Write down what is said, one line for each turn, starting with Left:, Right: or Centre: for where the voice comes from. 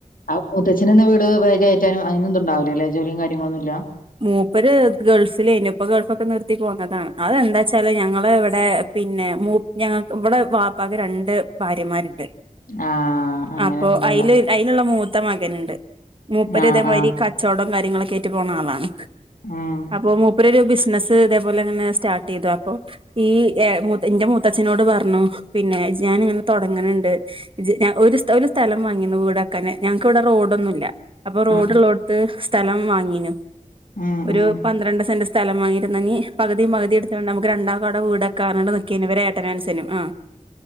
Left: ആ മുത്തച്ഛൻ നിന്ന വീട് <unintelligible> അതിന് ഒന്നും ഉണ്ടാവില്ല അല്ലെ ജോലിയും കാര്യങ്ങളൊന്നുമില്ല
Right: മൂപ്പര് ഗൾഫിലായിന് ഇപ്പ ഗൾഫൊക്കെ നിറുത്തി പോന്നതാണ് അതെന്താ വച്ചാല് ഞങ്ങള് ഇവിടെ പിന്നെ മൂ ഞങ്ങക്ക് ഇവിടെ ബാപ്പാക്ക് രണ്ട് ഭാര്യമാരുണ്ട്
Left: ആഹ് അങ്ങനെ
Right: അപ്പൊ
Left: ഇതുണ്ടാവും
Right: അതില് അതിലുള്ള മൂത്ത മകനുണ്ട് മൂപ്പര്
Left: ആഹ്
Right: ഇതേ മാതിരി
Left: ആഹ്
Right: ക ച്ചോടം കാര്യങ്ങളൊക്കെ ആയിട്ട് പോണ ആളാണ്
Left: ആഹ്
Right: അപ്പൊ മൂപ്പര് ഒരു ബിസിനസ് ഇതേപോലെ അങ്ങന സ്റ്റാട്ട് ചെയ്തു അപ്പൊ ഈ എന്റെ മൂത്തച്ഛനോട് പറഞ്ഞു പിന്നെ ഞാൻ ഇങ്ങനെ തുടങ്ങണണ്ട് ജ്ജ് ഒരു ഒരു സ്ഥലം വാങ്ങി വീട് വെക്കാന് ഞങ്ങക്ക് ഇവിടെ റോടൊന്നുമില്ല അപ്പൊ റോഡുള്ളോടുത്ത്
Left: ആഹ്
Right: സ്ഥലം വാങ്ങീനു
Left: ഉം
Right: ഒരു
Left: ഉം
Right: പന്ത്രണ്ട് സെന്റ് സ്ഥലം വാങ്ങിയിരുന്നെങ്കി പകുതി പകുതി എടുത്താണ്ട് നമുക്ക് രണ്ടാക്കും അവിടെ വീടാ ക്കാന്ന് പറഞ്ഞോണ്ട് നിക്കുവാരുന്നു ഇവര് ഏട്ടനും അനുജനും ആഹ്